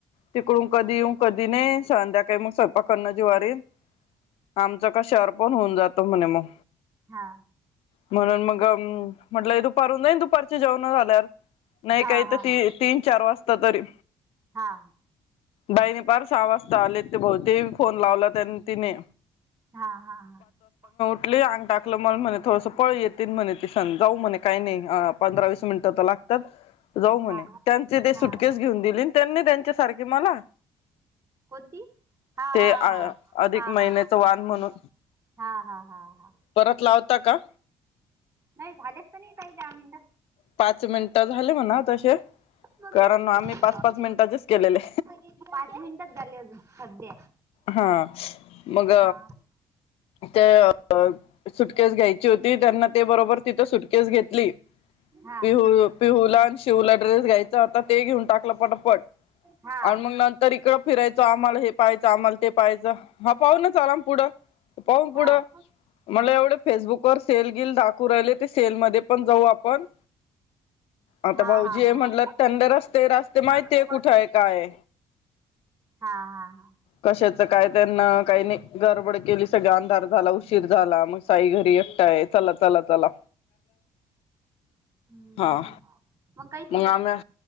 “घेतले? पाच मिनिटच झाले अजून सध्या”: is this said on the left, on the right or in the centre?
Right